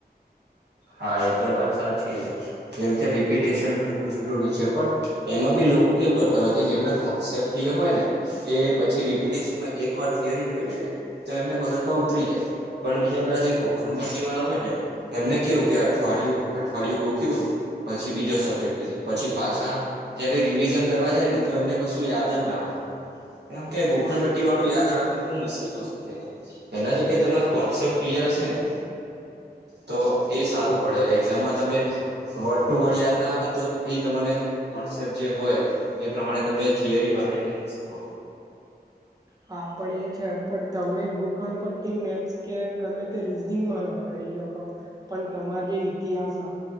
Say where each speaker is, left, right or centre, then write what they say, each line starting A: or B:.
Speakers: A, on the right (about 85°); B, on the right (about 20°).
A: હા એ તો વાત સાચી છે જેમ કે રિપિટેશન કરવું જરૂરી છે પણ. એમાં બી લોકો કેવું કરતા હોય કે જેમના કોન્સેપ્ટ ક્લિયર હોય ને. એ પછી રિપિટેશનમાં એક વાર થિયરી જોઈ લે ને તો એમને મગજમાં ઉતરી જાય. પણ બીજા પેલા જે કોખણ પટ્ટી વાળા હોય ને એમને કેવું કે અઠવાડિયું અઠવાડિયું કોખિ્યું. પછી બીજો સબ્જેક્ટ લીધો પછી પાછા. જયારે રિવિઝન કરવા જાય ને તો એમને કશું યાદ જ ના હોય. એમ કે ગોખણપટ્ટી વાળું યાદ રાખવું બહુ મુશ્કેલ વસ્તુ છે એ. એના જગ્યાએ તમાર કોન્સેપ્ટ ક્લિયર હશે ને તો. એ સારું પડે એક્ઝામમાં તમે. વર્ડ ટુ વર્ડ યાદ ના આવે ને તો બી તને કોન્સેપ્ટ જે હોય. એ પ્રમાણે તમે થિયરી બનાવી નાખી શકો.
B: હા પણ એ છે પણ તમે ગોખણ પટ્ટી મે. કે ગમે તે રીઝનિંગમાં ના કરી શકો પણ તમાર જે ઈતિહાસ હ.